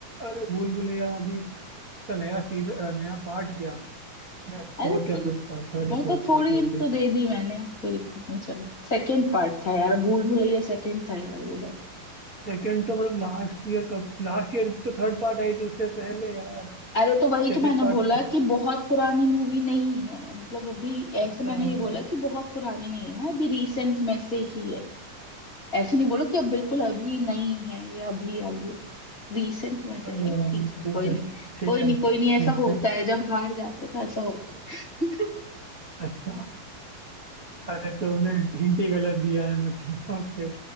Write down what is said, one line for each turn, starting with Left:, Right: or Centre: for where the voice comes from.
Right: अरे भूल भुलैया अभी उसका नया सीजन नया पार्ट क्या फोर्थ
Left: अरे ठीक
Right: या फिफ्थ पार्ट थर्ड या
Left: वो
Right: फोर्थ
Left: तो थोड़ी
Right: पार्ट हो
Left: hint
Right: गया
Left: तो दे दी मैंने अब कोई दिक्कत नहीं चलो सेकंड पार्ट था यार भूल भुलैया सेकंड था यार वो ना
Right: सेकंड तो मतलब लास्ट ईयर कब लास्ट ईयर तो थर्ड पार्ट आई थी उससे पहले यार
Left: अरे तो
Right: सेकंड
Left: वही तो मैंने
Right: पार्ट
Left: बोला
Right: तो
Left: कि बहुत पुरानी मूवी नहीं है मतलब अभी ऐसे
Right: अच्छा
Left: मैंने
Right: यार,
Left: ये बोला कि बहुत पुरानी नहीं है अभी रिसेंट में से ही है ऐसे नहीं बोलो कि अब बिल्कुल अभी नहीं है या अभी आई है रिसेंट में से
Right: अरे
Left: है
Right: यार,
Left: ठीक है
Right: ठीक
Left: कोई
Right: है
Left: नहीं
Right: ठीक
Left: कोई नहीं
Right: है
Left: कोई नहीं ऐसा
Right: ठीक
Left: होता
Right: है
Left: है जब हार जाते तो ऐसा होता है
Right: अच्छा अरे तूने हिंट ही गलत दिया है मतलब <laughs> फिर